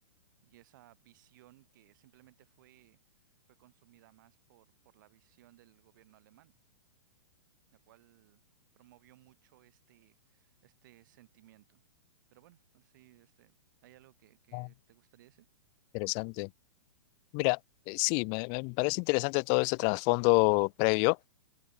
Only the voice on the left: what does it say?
Ah,
Interesante. Mira, eh, sí, me, me parece interesante todo ese trasfondo previo,